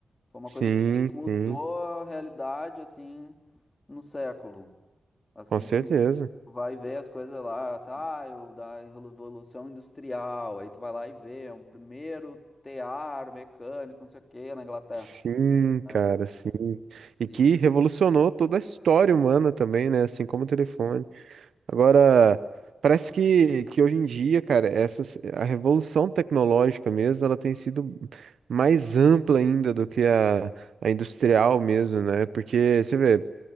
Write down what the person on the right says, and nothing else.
Sim,
sim,
com certeza.
Sim,
cara, sim.
E que revolucionou toda a história humana também, né? Assim como o telefone. Agora, parece que, que hoje em dia, cara, essa, a revolução tecnológica mesmo, ela tem sido mais ampla ainda do que a, a industrial mesmo, né? Porque, você vê,